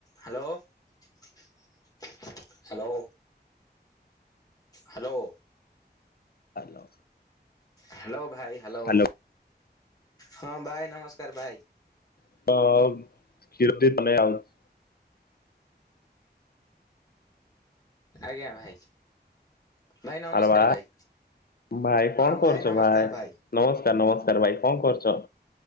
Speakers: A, on the left; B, on the left.
A: Hello hello. Hello.
B: Hello.
A: Hello ଭାଇ hello
B: hello
A: ହଁ ଭାଇ ନମସ୍କାର ଭାଇ।
B: ତ <unintelligible>
A: ଆଜ୍ଞା ଭାଇ। ଭାଇ ନମସ୍କାର
B: ଆରେ ବା
A: ଭାଇ
B: ଭାଇ କଣ
A: ହଁ
B: କରୁଛ
A: ଭାଇ ନମସ୍କାର ଭାଇ।
B: ନମସ୍କାର ନମସ୍କାର ଭାଇ କଣ କରୁନ?